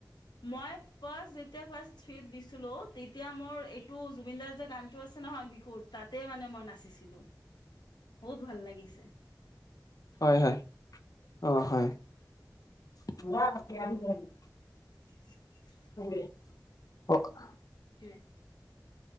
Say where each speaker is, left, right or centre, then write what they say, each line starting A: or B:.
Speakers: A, on the left; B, on the left.
A: মই ফাৰ্ষ্ট যেতিয়া ক্লা থ্ৰীত দিছিলো তেতিয়া মোৰ এইটো জুবিনদাৰ যে গানটো আছে নহয় বিহুৰ তাতে মানে মই নাচিছিলো। বহুত ভাল লাগিছে অ
B: হয়, হয়। অ', হয়। <unintelligible>
A: <unintelligible>
B: হক
A: সেইটোৱে।